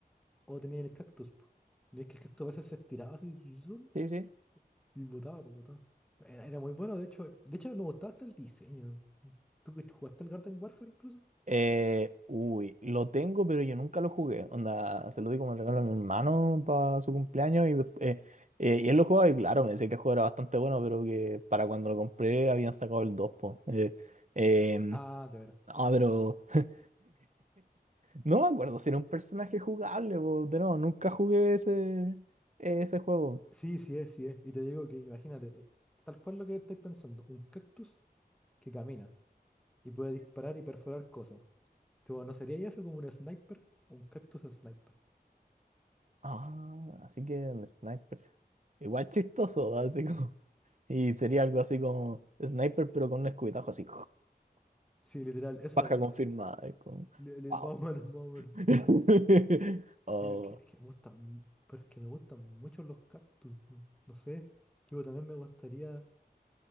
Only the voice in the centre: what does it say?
o teníais el cactus. po. Y es que el cactus a veces se estiraba así zum,
y botaba, po, botaba. Era, era muy bueno, de hecho, de hecho me gustaba hasta el diseño. ¿Tú que jugaste al Garden Warfare incluso?
Ah, de veras.
Sí, sí es, sí es. Y te digo que, imagínate, eh, tal cual lo que estáis pensando, un cactus que camina y puede disparar y perforar cosas. Tipo, ¿no sería eso como un sniper? Un cactus sniper.
Sí, literal, eso
hace.
Le- le-
más o menos, más o menos.
Sí, es que, es que me gustan, mu- pero es que me gustan mucho los cactus. mm, No sé, tipo, también me gustaría